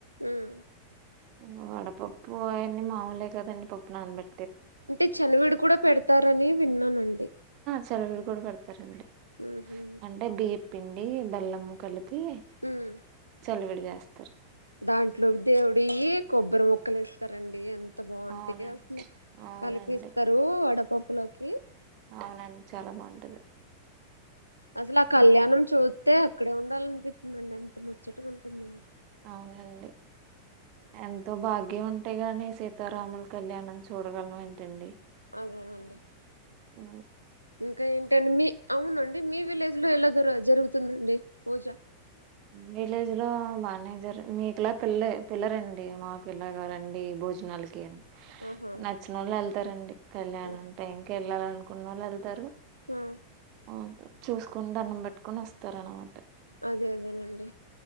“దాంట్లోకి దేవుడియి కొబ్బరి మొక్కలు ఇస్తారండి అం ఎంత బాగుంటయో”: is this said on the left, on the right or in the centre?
Left